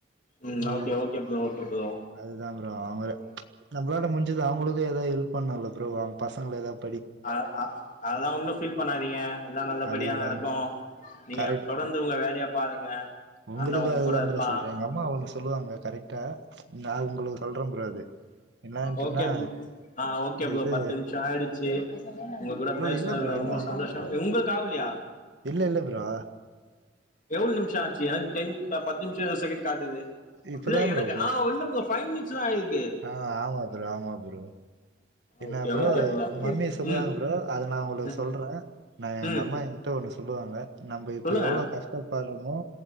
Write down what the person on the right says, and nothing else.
ஆ
அதுதா ப்ரோ அவங்க நம்மளால முடிஞ் அவங்களுக்கு ஏதாவது ஹெல்ப் பண்ணல ப்ரோ அவங்க பசங்களை ஏதாவது
அதுக்குதா
கரெக்ட்
உங்களுக்கு
அதுதா
ப்ரோ சொல்ற எங்க அம்மா ஒன்னு சொல்லுவாங்க கரெக்டா நா உங்களுக்கு சொல்றே ப்ரோ அது என்னான்ட்டுன்னா
இது
ப்ரோ
இல்ல ப்ரோ
இன்னு ஆகல
ப்ரோ
இல்ல இல்ல ப்ரோ
இப்பதா
ப்ரோ <unintelligible>
ஆ ஆமா ப்ரோ ஆமா ப்ரோ என்ன
ப்ரோ
மம்மி சொல்லுவாங்க
ப்ரோ அது நா உங்களுக்கு
சொல்ற நா எங்க
அம்மா என்கிட்ட ஒண்ணு சொல்லுவாங்க நம்ம இப்ப
எவ்ளோ கஷ்டப்படுறோமோ